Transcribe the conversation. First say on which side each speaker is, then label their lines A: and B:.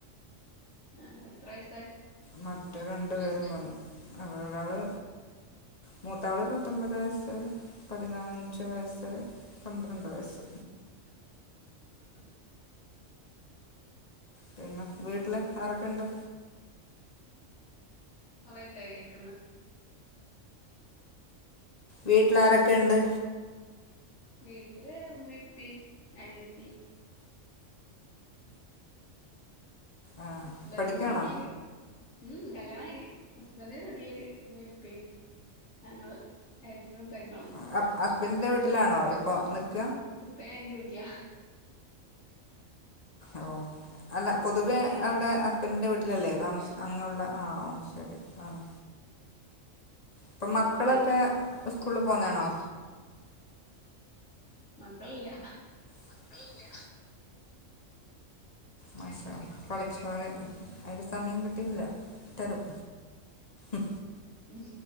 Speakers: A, on the left; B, on the left.
A: ഏഹ് എത്ര വയസാ?
B: മറ്റേ രണ്ടു പേരും വന്നു അവരൊരാള് മൂത്താള് പത്തൊൻപത് വയസ്സ് പതിനാഞ്ച് വയസ്സ് പന്ത്രണ്ട് വയസ്സ്
A: <inaudible>
B: പിന്നെ വീട്ട് ല് ആരൊക്കെണ്ട്.
A: നന്നായിട്ടാ കേക്കുന്നെ.
B: വീട്ട്ലാരൊക്കെണ്ട്?
A: വീട്ട്ല് ഉമ്മേംഇപ്പിം അനിയത്തി.
B: ആ
A: ഹസ്ബന്റ്ന്റെ
B: പഠിക്കാണോ
A: വീട്ട്ല് ഉം കല്യാണായി ഹസ്ബന്റ്ന്റെ വീട്ട്ല് മ്മി പ്പിം ഞങ്ങൾ ഏട്ടനും പെങ്ങളും.
B: ആഹ് ഹസ്ബൻന്റിന്റെ വീട്ടിലാണോ ഇപ്പൊ നിക്ക?
A: ഇപ്പ ഞായിന്റെ വീട്ട്ലാ.
B: ഓഹ് അല്ല പൊതുവെ
A: മിനിയാന്ന്
B: അവിടെ
A: വന്നത്
B: ഹ സ്ബന്റ്ന്റെ വീട്ടിലല്ലേ താമസം അങ്ങെള്ള ആഹ് ശരി ആഹ്. ഇപ്പം
A: ഉമ്മ
B: മക്കളൊക്കെ
A: മിനിയാന്ന് വന്നത്
B: ഉസ്കൂൾല് പോന്നാണോ.
A: മക്കൾല്യാ.
B: മക്കൾല്യ. മാഷാ പടച്ചോന് അയില് സമയം കിട്ടിയില്ല തരും. ഉം
A: ഉം